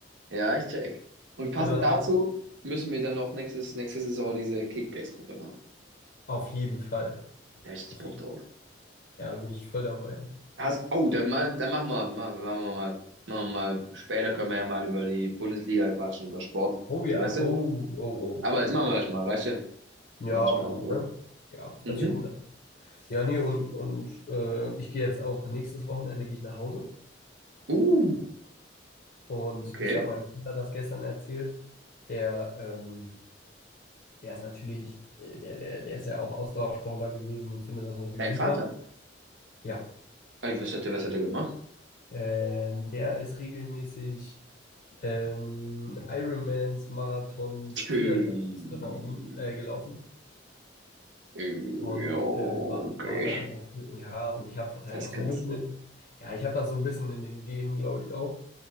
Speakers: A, on the right; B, on the left.
A: Ja, ich check. Und passend
B: Und dann auch
A: dazu müssen wir dann auch nächstes, nächste Saison diese Kickbase-Gruppe machen.
B: auf jeden Fall.
A: Da hab ich richtig
B: Auf
A: Bock
B: jeden
A: drauf.
B: Fall. Ja, bin ich voll dabei.
A: Hast, oh, dann, mal, dann machen wir, machen wir mal, machen wir mal, später können wir ja mal über die Bundesliga quatschen, über Sport.
B: Oh ja,
A: So, weißt du?
B: oh, oh, oh,
A: Aber jetzt machen
B: oh, ja.
A: wir das mal, weißt du?
B: Ja,
A: Machen wir das
B: mach
A: mal in
B: mal,
A: Ruhe.
B: ne? Ja,
A: Mhm.
B: hört sich gut an. Ja, nee, und, und äh, ich gehe jetzt auch nächstes Wochenende gehe ich nach Hause.
A: Uh,
B: Und
A: okay.
B: ich habe meinem Bruder das gestern erzählt. Der, ähm, der ist natürlich, äh, der, der, der ist ja auch Ausdauersportler gewesen und findet das natürlich
A: Dein
B: super.
A: Vater.
B: Ja,
A: Ey, Was hat er, was hat er gemacht?
B: ähm, der ist regelmäßig ähm, Ironmans, Marathons,
A: Ähm,
B: Triathlons gerauchen, äh, gelaufen
A: ähm,
B: und
A: Ja, okay.
B: äh, war, war da natürlich, ja, und ich habe das halt
A: Das
B: auch
A: ist
B: so
A: krass.
B: ein bisschen in, ja, ich habe das so ein bisschen in den Genen, glaube ich, auch.